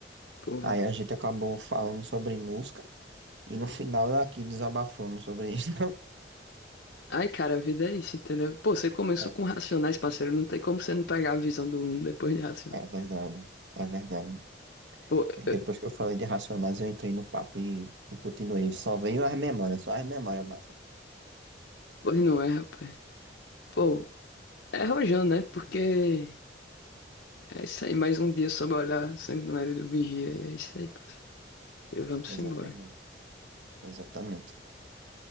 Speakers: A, on the left; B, on the right.
A: Pô, velho.
B: Aí a gente acabou falando sobre música e no final eu aqui desabafando sobre <laughs> isso
A: Ai, cara, a vida é isso, entendeu? Pô, você começou
B: É.
A: com Racionais, parceiro. Não tem como você não pegar a visão do mundo depois de Racionais.
B: É verdade, é verdade.
A: Pô,
B: E Depois
A: eu-
B: que eu falei de Racionais, eu entrei no papo e, e continuei. Só veio as memórias, só as memórias, massa.
A: pois não é, rapaz. Pô, é rojão, né? Porque é isso aí, mais um dia sob o olhar sanguinário do vigia. E é isso aí, parceiro. E vamos
B: Exatamente,
A: embora.
B: exatamente.